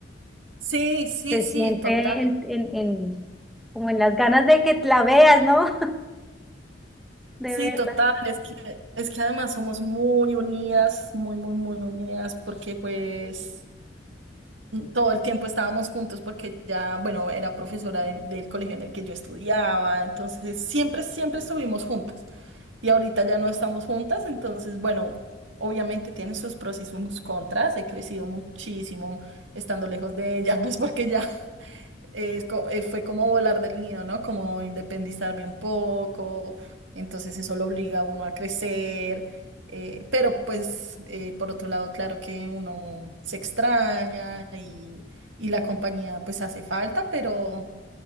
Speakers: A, on the right; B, in the centre.
A: Sí, sí,
B: Se
A: sí,
B: siente
A: total.
B: en, en, en- como en las ganas de que la veas, ¿no? <laughs> De
A: Sí,
B: verla.
A: total. Es que, es que además somos muy unidas, muy, muy, muy unidas, porque pues Todo el tiempo estábamos juntos porque ya, bueno, era profesora de- del colegio en el que yo estudiaba, entonces siempre, siempre estuvimos juntas. Y ahorita ya no estamos juntas, entonces, bueno, obviamente tiene sus pros y sus contras. He crecido muchísimo estando lejos de ella, <laughs> pues porque ya eh, co- eh, fue como volar del nido, ¿no? Como independizarme un poco, entonces eso lo obliga a uno a crecer, eh, pero pues eh, por otro lado, claro que uno se extraña y, y la compañía pues hace falta, pero,